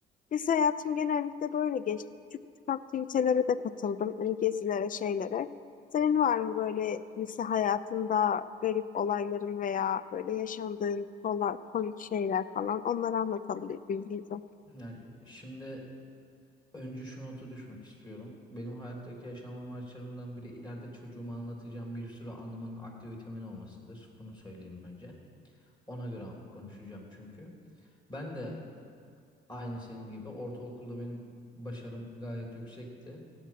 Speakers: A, on the left; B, on the left.
A: Biz hayatım genellikle böyle geçti. Küçük küçük aktivitelere de katıldım. Hani gezilere, şeylere. Senin var mı böyle lise hayatında garip olayların veya böyle yaşandığın kolay, komik şeyler falan? Onları anlatalım birbirimize.
B: Yani şimdi önce şu notu düşmek istiyorum. Benim hayattaki yaşam amaçlarımdan biri ileride çocuğuma anlatacağım bir sürü anımın aktivitemin olmasıdır. Bunu söyleyeyim önce. Ona göre an- konuşacağım çünkü. Ben de aynı senin gibi ortaokulda benim başarım gayet yüksekti.